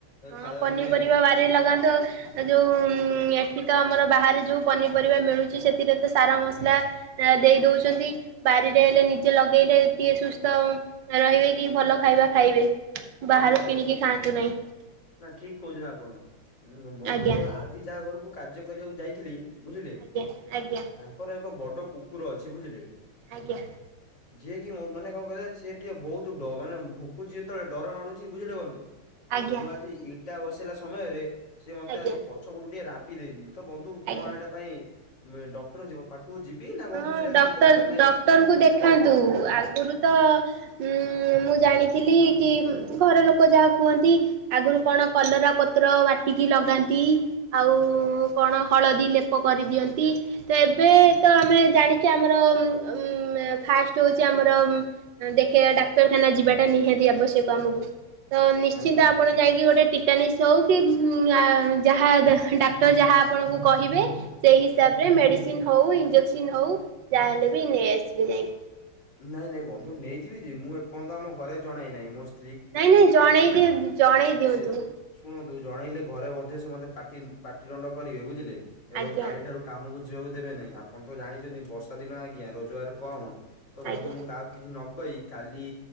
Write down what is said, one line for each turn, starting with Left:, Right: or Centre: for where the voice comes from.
Right: ହଁ
Left: ଖା
Right: ପନିପରିବା
Left: ମାନେ
Right: ଲଗାନ୍ତୁ, ଯୋଉ ଏଠି ତ ଆମର ବାହାରେ ଯୋଉ ପନିପରିବା ମିଳୁଚି, ସେଥିରେ ତ ସାର ମସଲା ଦେଇ ଦଉଚନ୍ତି, ବାରିରେ ହେଲେ ନିଜେ ଲଗେଇଲେ ଟିକେ ସୁସ୍ଥ ମ ରହିବେ କି, ଭଲ ଖାଇବା ଖାଇବେ। ବାହାରୁ
Left: ଆଜ୍ଞା ଆଜ୍ଞା
Right: କିଣିକି
Left: ଠି,
Right: ଖାଆନ୍ତୁ ନାହିଁ
Left: ନା ଠିକ୍ କହୁଚନ୍ତି ଆପଣ। ବନ୍ଧୁ
Right: ଆଜ୍ଞା
Left: ଆ ଆଜି ଯାହା ଘରକୁ କାର୍ଯ୍ୟ କରିଆକୁ ଯାଇଥିଲି, ବୁଝିଲେ?
Right: ଆଜ୍ଞା
Left: ତାଙ୍କ
Right: ଆଜ୍ଞା
Left: ତାଙ୍କର ଏକ ବଡ କୁକୁର ଅଛି, ବୁଝିଲେ?
Right: ଆଜ୍ଞା।
Left: ଯିଏ କିି, ମାନେ କଣ କହିଲେ, ସିଏ ଟିକେ ବହୁତ ଡ ମାନେ ଭୁକୁଛି ଯେତେବେଳେ ଡର ମାଡୁଚି ବୁଝିଲେ ବନ୍ଧୁ,
Right: ଆଜ୍ଞା
Left: ମୁଁ ଆଜି ଇଟା ବସେଇଲା ସମୟରେ, ସେ ମତେ
Right: ଆଜ୍ଞା
Left: ଆଜି ପ ପଛପଟୁ ଟିକେ ରାମ୍ପି ଦେଇଚି, ତ ବନ୍ଧୁ, କଣ
Right: ଆଜ୍ଞା
Left: ଏଟା ପାଇଁ ମେ ଡକ୍ଟର ଯିବ ପା କୁ ଯିବି ନା
Right: ହଁ
Left: ବନ୍ଧୁ ସେଟା
Right: ଡକ୍ଟର
Left: କି ଦରକାର ନାଇଁ।
Right: ଡକ୍ଟରଙ୍କୁ ଦେଖାନ୍ତୁ, ଆଗୁରୁ ତ ଉଁ ମୁଁ ଜାଣିଥିଲି କି ଘର ଲୋକ ଯାହା କୁହନ୍ତି ଆଗୁରୁ କଣ କଲରା ପତ୍ର ବାଟିକି ଲଗାନ୍ତି। ଆଉ କଣ ହଳଦୀ ଲେପ କରିଦିଅନ୍ତି, ତ ଏବେ ତ ଆମେ ଜାଣିଚେ ଆମର ମ ମ ଫାଷ୍ଟ ହଉଚି ଆମର ଦେଖେଆ, ଡାକ୍ତରଖାନା ଯିବାଟା ନିହାତି ଆବଶ୍ୟକ ଆମକୁ। ତ ନିଶ୍ଚିନ୍ତ
Left: ନାଇଁ ବନ୍ଧୁ
Right: ଆପଣ ଯାଇକି ଗୋଟେ ଟୀ ଟୀଟାନିସ୍ ହୋଉ କି ଉ ଆ ଯାହା ଡାକ୍ଟର ଯାହା ଆପଣଙ୍କୁ କହିବେ ସେଇ ହିସାବରେ ମେଡିସିନ ହଉ ଇଂଜେକ୍ସିନ ହଉ ଯାହାହେଲେ ବି ନେଇ ଆସିବେ ଯାଇଁ।
Left: ନାଇଁ ନାଇଁ ବନ୍ଧୁ ନେଇଯିବି ଯେ, ମୁଁ ଏପର୍ଯ୍ୟନ୍ତ ଆମ ଘରେ ଜଣାଇ ନାହିଁ ମୋ ସ
Right: ନାଇଁ ନାଇଁ ଜଣେଇ ଦିଅତୁ ଜଣେଇ ଦିଅନ୍ତୁ।
Left: ସେ ଶୁଣନ୍ତୁ ଜଣେଇଲେ ଘରେ ମଧ୍ୟ ସେ ମତେ ପାଟି ପାଟି ତୁଣ୍ଡ କରିବେ ବୁଝିଲେ ଏବଂ
Right: ଆଜ୍ଞା।
Left: କାଲିଠାରୁ କାମକୁ ଯିବାକୁ ଦେବେ ନାହିଁ ଆପଣ ତ ଜାଣିଚନ୍ତି ବର୍ଷା ଦିନ ଆଜ୍ଞା ରୋଜଗାର କମ୍ ତ ବନ୍ଧୁ
Right: ଆଜ୍ଞା
Left: ମୁଁ କାଆକୁ କିଛି ନ କଇ କାଲି